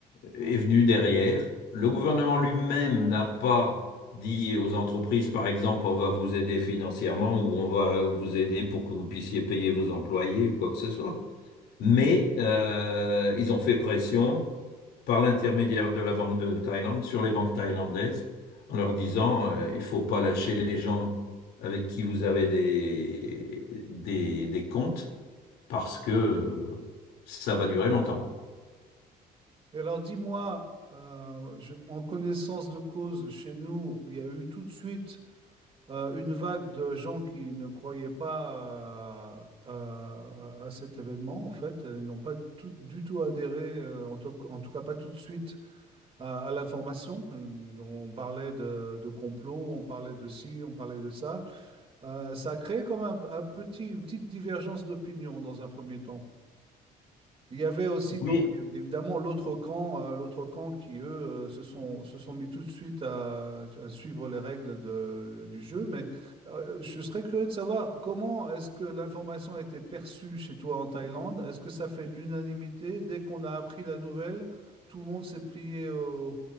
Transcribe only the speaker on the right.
Et alors dis-moi, euh, je- en connaissance de cause, chez nous, il y a eu tout de suite euh, une vague de gens qui ne croyaient pas à, à- à cet événement, en fait. Ils n'ont pas tout- du tout adhéré, euh, en tout, en tout cas pas tout de suite, à, à l'information. Euh, On parlait de, de complot, on parlait de ci, on parlait de ça. Euh, ça a créé comme un, un petit, une petite divergence d'opinion dans un premier temps. Il y avait aussi
donc évidemment l'autre camp, euh, l'autre camp qui eux euh, se sont, se sont mis tout de suite à, à suivre les règles de- de- du jeu. Mais euh, je serais curieux de savoir comment est-ce que l'information a été perçue chez toi en Thaïlande? Est-ce que ça fait l'unanimité? Dès qu'on a appris la nouvelle, tout le monde s'est plié au-